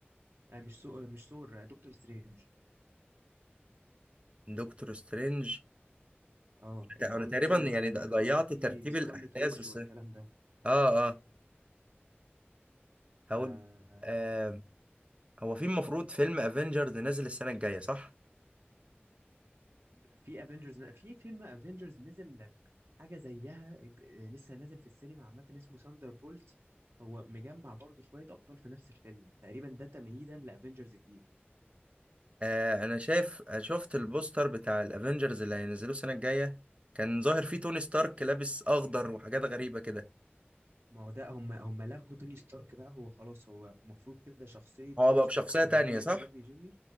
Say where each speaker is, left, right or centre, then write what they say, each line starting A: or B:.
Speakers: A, on the right (about 80°); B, on the right (about 30°).
A: آه مش سو... مش ثور آه، دكتور سترينج
B: مان دكتور سترينج
A: اه اللي
B: انا
A: هو الجزء
B: تقريبا يعني
A: اللي كان
B: ضيعت
A: طالع فيه
B: ترتيب
A: سكارلت
B: الاحداث
A: ويتش
B: بس
A: والكلام ده
B: اه اه هقول
A: ف
B: آه هو في المفروض فيلم افنجرز نازل السنه الجايه صح
A: في افنجرز في فيلم افنجرز نزل حاجه زيها ج- لسه نازل في السينما عامه اسمه ساندر بولت هو مجمع برضه شويه ابطال في نفس الفيلم تقريبا ده تمهيدا لافنجرز جديد
B: آه انا شايف شفت البوستر بتاع الافنجرز اللي هينزلوه السنه الجايه كان ظاهر فيه توني ستارك لابس اخضر وحاجات غريبه كده
A: ما هو ده هم هم لغوا توني ستارك بقى هو خلاص هو المفروض كده شخصيه
B: هو
A: توني
B: بقى
A: ستارك
B: بشخصيه
A: اللي
B: تانية
A: هي روبرت
B: صح
A: داوني جونيور